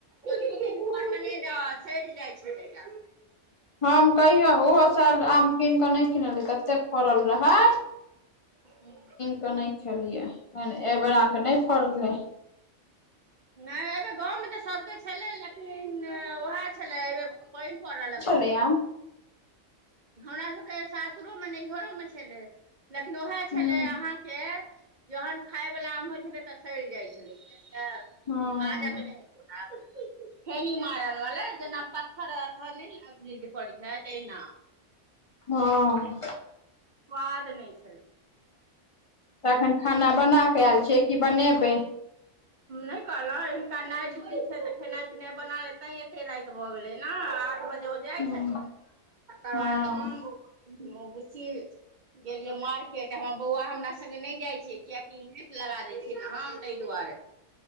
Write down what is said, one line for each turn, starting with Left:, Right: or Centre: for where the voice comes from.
Right: <unintelligible> मन में नै द, सैर जै छै तैया।
Left: हम कहियो ओहो साल आम किन कऽ नै किनल्ये, तत्ते फरल रहे
Right: हूँ।
Left: त नै खेलियै, ओइ में ऐ बेेरा क नै फरलै।
Right: नै ऐ बेर गाँव में तऽ सबके छलै लेकिन, वेहे छले, ऐ बेर पैन पड़ लग
Left: रैयाम
Right: हमरा सके सासुरो में नैहरो में छलै, लेकिन वेहे छलै
Left: हूँ
Right: अहाँके जहन खाय बला आम होइ छलै तऽ सैड़ जै छलै से
Left: हँ
Right: काजक नै होइ छेनी मारल वला, जेना पत्थर-अत्थर नै मिर्गी पड़ी जै तैना।
Left: हँ।
Right: खुवा देने छल।
Left: त अखन खाना बना कऽ एल छियै कि बनेबै?
Right: नै कअलौं हिनका नाइट ड्यूटी छै तऽ खेनै-पिनै बना ले तैं एत्ते रैत भऽ गेलै ना, आठ बजे ओ जै
Left: हँ
Right: छथिन, तकर
Left: हँ
Right: वाद हम बौ ब-बुच्ची गेलियै मार्केट हमर बौआ हमरा संगे नै जै छै किएकि लिट लगा दै छियै ने हम तै दुआरे।